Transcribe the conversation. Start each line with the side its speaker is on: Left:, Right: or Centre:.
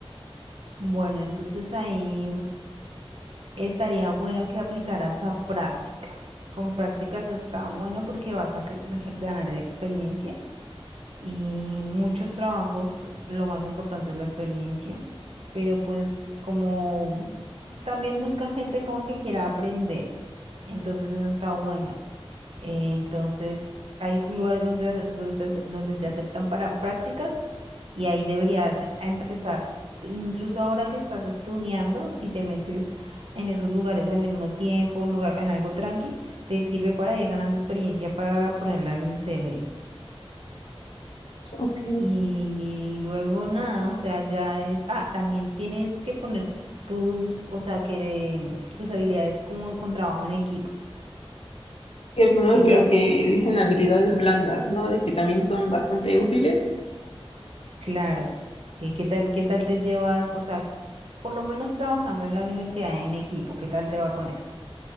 Right: Bueno, entonces ahí estaría bueno que aplicaras a prácticas. Con prácticas está bueno porque vas a que- ganar experiencia. Y muchos trabajos, lo más importante es la experiencia, pero pues como también buscan gente joven que quiera aprender, entonces eso está bueno. Entonces hay ju- lugares donde, donde, te donde te aceptan para prácticas y ahí deberías a empezar. S- Incluso ahora que estás estudiando, si te metes en esos lugares al mismo tiempo, en lugar, en algo tranqui, te sirve para ir ganando experiencia para ponerla en el CV.
Left: Ok.
Right: Y luego nada, o sea, ya es, ah, también tienes que poner tus, o sea, que tus habilidades como con trabajo en equipo.
Left: Cierto, ¿no?
Right: ¿Qué
Left: Lo
Right: tal?
Left: que dicen habilidades blandas, ¿no? De que también son bastante útiles.
Right: Claro. eh, ¿qué tal, qué tal te llevas? O sea, por lo menos trabajando en la universidad en equipo, ¿qué tal te va con eso?